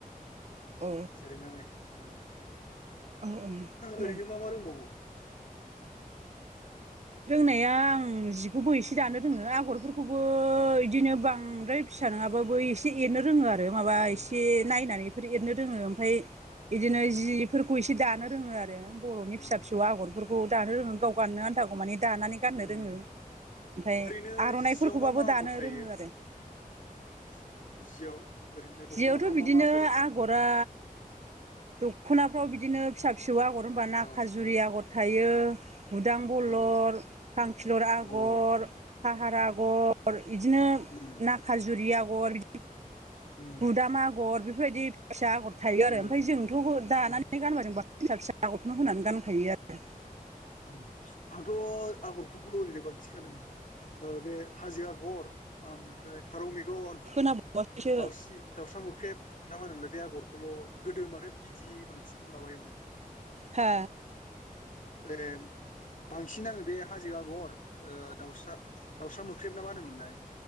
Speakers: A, on the right; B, on the left.
A: औ
B: जिरायनानै उम
A: औ औ दे
B: ओरैनो मा मा रोंबावगौ?
A: रोंनाया आं जिखौबो एसे दानो रोङो आगरफोरखौबो
B: उम
A: इदिनो बां द्राय फिसा नङाबाबो एसे एरनो रोङो आरो माबा
B: उम
A: एसे नायनानैफोर एरनो रोङो ओमफाय इदिनो
B: उम
A: जिफोरखौ एसे दानो रोङो आरो बर'नि
B: औ
A: फिसा फिसौ आगरफोर खौ दानो रोङो गाव गाननो आनथाखौ मानि दानानै गाननो
B: उम
A: रोङो। ओमफ्राय
B: ओरैनो
A: आर'नाइफोरखौबाबो
B: जियाव मा मा
A: दानो
B: आगर थायो
A: रोङो आरो।
B: एसे जियाव ओरैनो
A: जियावथ'
B: दख'नाफ्राव
A: बिदिनो
B: मा मा आगर
A: आगरा दख'नाफ्राव बिदिनो फिसा फिसौ आगर होनबा
B: औ
A: नाखाजुरि
B: औ
A: आगर थायो‌ उदा खलर
B: अ
A: खांखिलुर आगर,
B: उम
A: फाहार आगर बिदिनो
B: उम
A: नाखाजुरि आगर,
B: उम
A: गुदाम आगर बेफोरबायदि फैसा आगर थायो
B: ओ
A: आरो ओमफ्राय जोंथ' दानानै
B: उम
A: गानबा जों बा फिसा फिसा आगरखौनो होनानै गानखायो आरो।
B: उम आंथ' आगरफोरखौ ओरैनो बांखि खादों ओ बे हाजो आगर ओमफ्राय फारौ मेगन
A: खोनाबावासैसो
B: दाउस्रि दाउस्रा मोख्रेब ना मारैमोनलाय बे आगरखौल' गोदो माथो बिदि बांसिन माबायोमोननो
A: हा
B: ए बांसिन आङो बे हाजो आगर ओ दाउसा दाउसा मोख्रैब ना मा होनोमोनलाय?